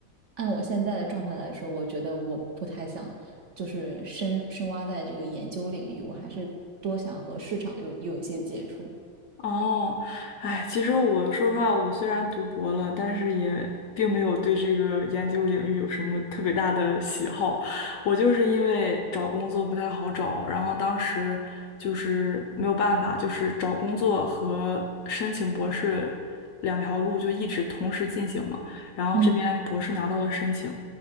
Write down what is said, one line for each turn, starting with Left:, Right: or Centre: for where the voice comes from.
Right: 按我现在的状态来说，我觉得我不太想就是深深挖在这个研究领域，我还是多想和市场有有一些接触。
Left: 哦，哎，其实我说实话，我虽然读博了，但是也并没有对这个研究领域有什么特别大的喜好。我就是因为找工作不太好找，然后当时就是没有办法，就是找工作和申请博士两条路就一直同时进行嘛。然后这边博士拿到了申请，
Right: 嗯